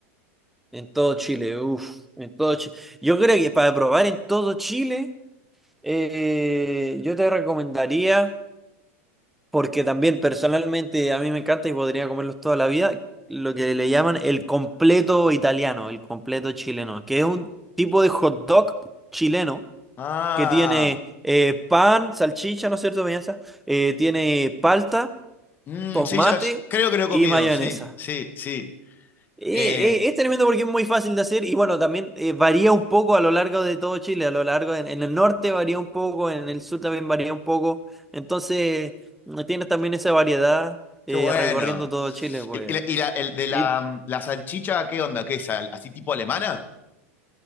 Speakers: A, in the centre; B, on the left (about 25°).
A: en todo Chile, uff, en todo Chile. Yo creo que para probar en todo Chile, eh, yo te recomendaría. Porque también personalmente a mí me encanta y podría comerlos toda la vida, lo que le llaman el completo italiano, el completo chileno, que es un tipo de hot dog chileno
B: Ah,
A: que tiene eh, pan, salchicha, ¿no es cierto, Beñaza? Eh, tiene palta,
B: mm,
A: tomate
B: sí, ya, creo que lo he
A: y
B: comido,
A: mayonesa.
B: sí, sí, sí.
A: Eh,
B: Eh,
A: eh, es tremendo porque es muy fácil de hacer y bueno, también eh, varía un poco a lo largo de todo Chile, a lo largo en, en el norte varía un poco, en el sur también varía un poco, entonces mm, tienes también esa variedad eh,
B: qué bueno.
A: recorriendo todo Chile, pues.
B: ¿Y, y la, y la- el de la,
A: Y
B: mm, la salchicha, qué onda? ¿Qué es? ¿Así tipo alemana?